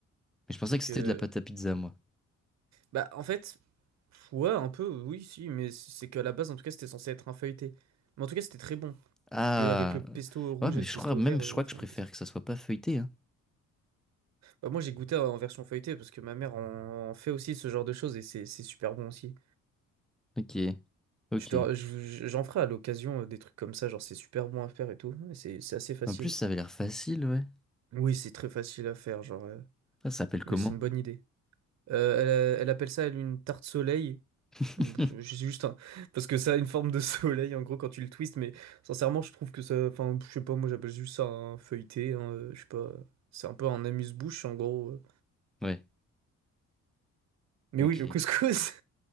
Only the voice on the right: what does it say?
Donc,
euh,
bah, en fait, pff, ouais, un peu, oui, si, mais c'est qu'à la base, en tout cas, c'était censé être un feuilleté. Mais en tout cas, c'était très bon.
Puis euh, avec le pesto rouge
et le
pesto
vert,
euh,
enfin,
le pesto...
Bah, moi, j'ai goûté en version feuilletée, parce que ma mère en, en fait aussi ce genre de choses, et c'est c'est super bon aussi.
Je te- je- j'en ferai à l'occasion euh, des trucs comme ça, genre, c'est super bon à faire et tout, et c'est c'est assez facile.
Oui, c'est très facile à faire, genre, euh,
mais c'est une bonne idée. Euh, elle, euh, elle appelle ça, elle, une tarte soleil.
Bon, pff, je sais juste un... <laughs> Parce que ça a une forme de <laughs> soleil, en gros, quand tu le twistes, mais sincèrement, je trouve que ça... Enfin, je sais pas, moi, j'appelle juste ça un feuilleté, hein, euh, je sais pas... C'est un peu un amuse-bouche, en gros. euh.
Mais
oui, le couscous!